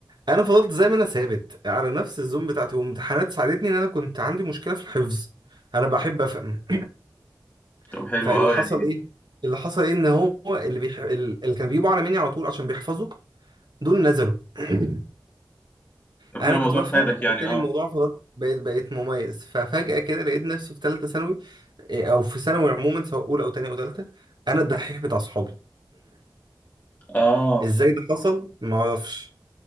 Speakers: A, on the right; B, on the left.
A: انا فضلت زي ما انا ثابت على نفس الزون بتاعتي وامتحانات ساعدتني ان انا كنت عندي مشكله في الحفظ انا بحب افهم <clears throat>
B: طب حلو
A: فاللي
B: اه
A: حصل
B: يعني
A: ايه اللي حصل ايه ان هو اللي بيح... اللي كان بيجيبوا اعلى مني على طول عشان بيحفظوا دول نزلوا <clears throat>
B: طب
A: انا
B: حلو الموضوع
A: كنت بفهم
B: فادك
A: فبالتالي
B: يعني اه
A: الموضوع فضلت بقيت بقيت مميز ففجأة كده لقيت نفسي في ثالثة ثانوي إيه، او في ثانوي عموما سواء اولى او ثانية او ثالثة انا الدحيح بتاع صحابي
B: اه
A: <clears throat> ازاي ده حصل ما اعرفش